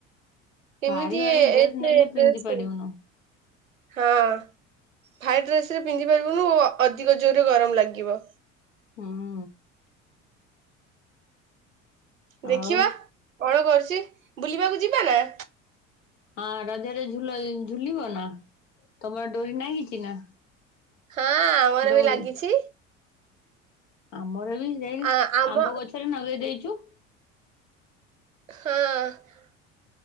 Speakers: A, on the right (about 85°); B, on the left (about 70°).
A: କେମିତି
B: ଭାରି ଭାରି
A: ଏଥିରେ
B: ଡ୍ରେସ ନେଲେ
A: ଡ୍ରେସ୍
B: ପିନ୍ଧି
A: କିଣିବୁ
B: ପାରିବୁନୁ।
A: ହଁ। <unintelligible> ଡେସ୍ରେ ପିନ୍ଧିପାରିବୁନୁ ଅଧିକ ଜୋର୍ ରେ ଗରମ ଲାଗିବ।
B: ହୁଁ।
A: ଦେଖିବା
B: ଆଉ
A: କଣ କରୁଛି ବୁଲିବାକୁ ଯିବା ନା?
B: ହଁ ରଜରେ ଝୁଲ ଝୁଲିବ ନା ତମର ଡୋରି ନାଗିଛି ନା?
A: ହଁ ଆମର
B: ଦଉଡି
A: ବି ଲାଗିଛି।
B: ଆମର ବି ସେଇ
A: ଆ ଆମ
B: ଆମ୍ବ ଗଛରେ ନଗେଇ ଦେଇଛୁ।
A: ହଁ।